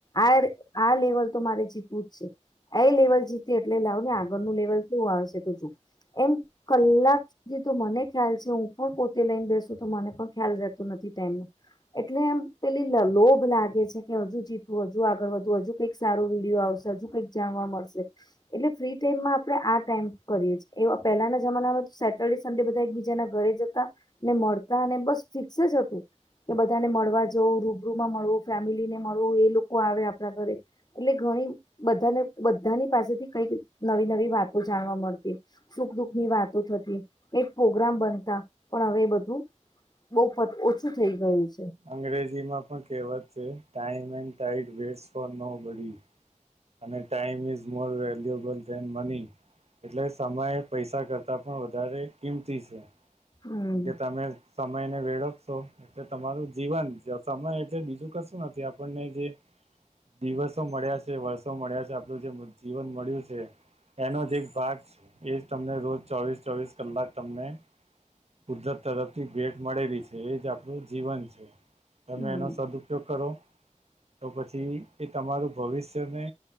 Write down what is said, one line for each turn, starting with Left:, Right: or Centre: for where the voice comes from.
Left: આ આ લેવલ તો મારે જીતવું જ છે એ લેવલ જીતી એટલે લાવ ને આગળનું લેવલ શું આવેશે તો જોુ એમ કલાક સુધી તું મને ખ્યાલ છે, હું પણ પોતે લઈને બેસુ તો મને પણ ખ્યાલ રહેતો નથી ટાઈમનો. એટલે એમ પેલી લ લોભ લાગે છે, કે હજુ જીતવું હજુ આગળ વધવું હજુ કઈક સારો વિડિઓ આવ સે આજુ કંઈક જાણવા મળસે એટલે ફ્રી ટાઈમમાં આપણે આ ટાઈમ કરીએ છ એવા પેલાના જમાનામાં સેટરડે સન્ડે બધા એકબીજાના ઘરે જતા ને મળતા અને બસ ફિક્સ જ હતું કે બધાને મળવા જવું રૂબરૂમાં મળવું ફેમિલી ને મળવું એ લોકો આવે આપણા ઘરે એટલે ઘણી બધાને બધાની પાસેથી કઈક નવી નવી વાતો જાણવા મળતી સુખ દુઃખની વાતો થતી એક પ્રોગ્રામ બનતા પણ હવે એ બધું બહફત ઓછું થઈ ગયું છે.
Right: અંગ્રેજીમાં પણ કહેવત છે, time and tide waste for nobody અને time is more valuable than money એટલે સમયે પૈસા કરતા પણ વધારે કિંમતી છે,
Left: હમ
Right: કે તમે સમયને વેળફશો એટલે તમારું જીવન જ સમય એટલે બીજું કશું નથી આપણને જે દિવસો મળ્યા છે, વર્ષો મળ્યા છે, આપણું જે જીવન મળ્યું છે, એનો જ એક ભાગ છે, એ જ તમને રોજ ચોવીસ ચોવીસ કલાક તમને કુદરત તરફથી ભેટ મળેલી છે, એ જ આપણું જીવન છે. તમે
Left: હમ
Right: એનો સદઉપયોગ કરો તો પછી એ તમારું ભવિષ્યને